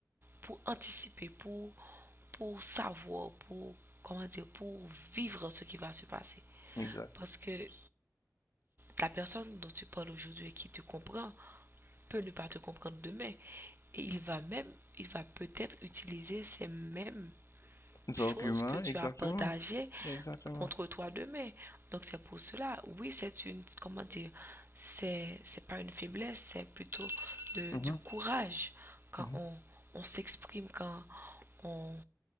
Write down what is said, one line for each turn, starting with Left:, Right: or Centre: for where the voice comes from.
Right: pour anticiper, pour, pour savoir, pour, comment dire, pour vivre ce qui va se passer.
Left: Exact.
Right: Parce que la personne dont tu parles aujourd'hui et qui te comprend peut ne pas te comprendre demain. Et il va même, il va peut-être utiliser ces mêmes
Left: Les
Right: choses
Left: arguments,
Right: que tu
Left: exactement.
Right: as partagées
Left: Exactement.
Right: contre toi demain. Donc c'est pour cela, oui, c'est une, comment dire, c'est, c'est pas une faiblesse, c'est plutôt de,
Left: Mhm,
Right: du courage quand
Left: mhm.
Right: on, on s'exprime, quand on,